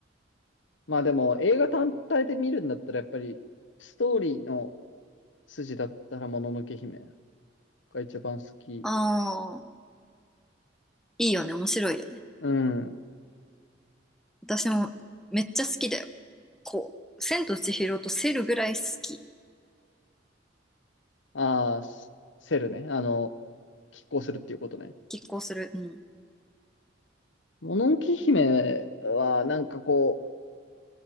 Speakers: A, on the left; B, in the centre.
A: まあでも、映画単体で見るんだったら、やっぱり、ストーリーの筋だったら、もののけ姫が一番好き。
B: ああいいよね、面白いよね。
A: うん。
B: 私もめっちゃ好きだよ。こう、千と千尋とセルぐらい好き。
A: ああ、スセルね。あの、拮抗するっていうことね。
B: 拮抗する。うん。
A: もののけ姫は、なんかこ